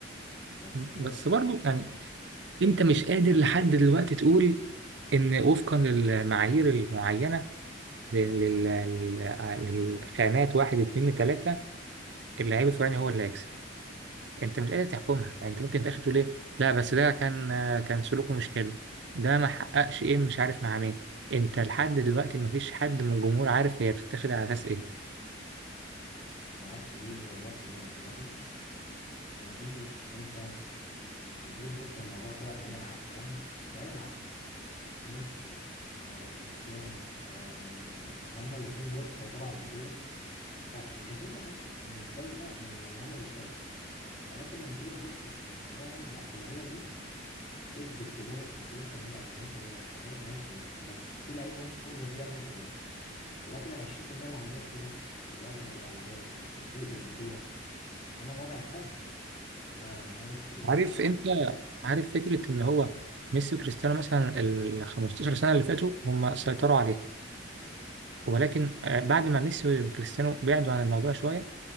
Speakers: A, on the left; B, on the right.
A: بس هي
B: بس برضو يعني انت مش قادر لحد دلوقتي تقول ان وفقا للمعايير المعينه لل- لل- لل- للخانات واحد اتنين تلاته اللعيب الفلاني هو اللي هيكسب انت مش قادر تحكمها يعني انت ممكن في الاخر تقول ايه لا بس ده كان كان سلوكه مش حلو ده ما حققش ايه مش عارف مع مين انت لحد دلوقتي ما فيش حد من الجمهور عارف هي بتتاخد على اساس ايه
A: معاك في دي مليار في المية مفيش مفيش انت لما تيجي تبص للموضوع كده بعين العقل يعني بعين العقل ميسي آه كريستيانو آه هما الاتنين دول سيطروا على البطولة فالجماهير ما كانتش متضايقة من لما هما بيكسبوا ولكن لما تيجي تبص في الموضوع يعني لا اللعيبة دي كسبت بجانب 90% أو 80% أداء ماشي بس في لعيبة ممكن تكون مديها 100% ولكن ال 20% اللي عندهم ايه بقى؟ الواجهه الاعلاميه، التسويق للبطوله، هنا الوضع يختلف، هنا انا معايا ميسي وكريستيانو،
B: عارف انت عارف فكرة ان هو ميسي وكريستيانو مثلا ال 15 سنة اللي فاتوا هم سيطروا عليها ولكن آه، بعد ما ميسي وكريستيانو بعدوا عن الموضوع شوية